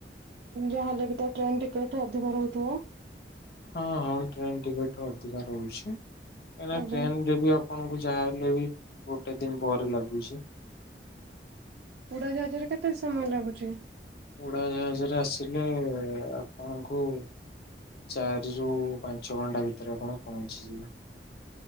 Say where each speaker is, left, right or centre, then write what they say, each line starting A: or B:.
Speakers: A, on the right (about 75°); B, on the left (about 60°).
A: ଯା ଏବେତ ଟ୍ରେନ୍ ଟିକେଟ ଅଧିକ ରହୁଥିବ?
B: ହଁ ହଁ ଟ୍ରେନ୍ ଟିକେଟର ଅଧିକା ରହୁଛି କାଁ
A: ଆଜ୍ଞା
B: ଟ୍ରେନ୍ ଟିକେ ଆପଣଙ୍କୁ ଯାହା ହେଲେବି ଗୋଟେ ଦିନ ପରେ ଲାଗୁଚି।
A: ଉଡା ଜାହାଜରେ କେତେ ସମୟ ଲାଗୁଚି?
B: ଉଡା ଜାହାଜରେ ଆସିଲେ ଆପଣଙ୍କୁ ଚାରିରୁ ପାଞ୍ଚ ଘଣ୍ଟା ଭିତରେ ଆପଣ ପହଞ୍ଚିଯିବେ।